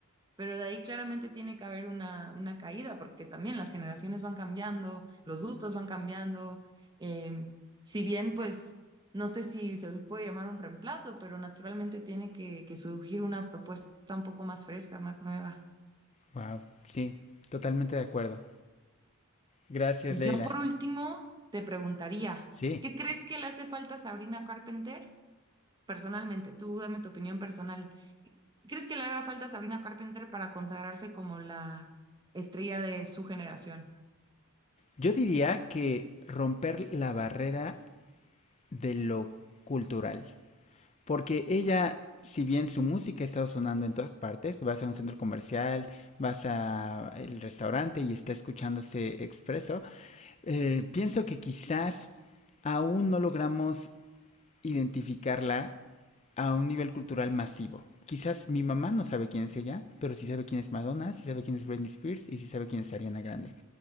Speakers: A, on the right (about 20°); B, on the left (about 30°).
A: pero de ahí claramente tiene que haber una, una caída, porque también las generaciones van cambiando, los gustos van cambiando. eh, si bien, pues, no sé si se le puede llamar un reemplazo, pero naturalmente tiene que, que surgir una propuesta un poco más fresca, más nueva.
B: Wow, sí, totalmente de acuerdo. Gracias,
A: Y
B: Leila.
A: yo, por último, te preguntaría,
B: Sí.
A: ¿qué crees que le hace falta a Sabrina Carpenter? Personalmente, tú dame tu opinión personal. ¿Crees que le haga falta a Sabrina Carpenter para consagrarse como la estrella de su generación?
B: Yo diría que romper la barrera de lo cultural. Porque ella, si bien su música está sonando en todas partes, vas a un centro comercial, vas a el restaurante y está escuchándose expreso, eh, pienso que quizás aún no logramos identificarla a un nivel cultural masivo. Quizás mi mamá no sabe quién es ella, pero sí sabe quién es Madonna, sí sabe quién es Britney Spears y sí sabe quién es Ariana Grande.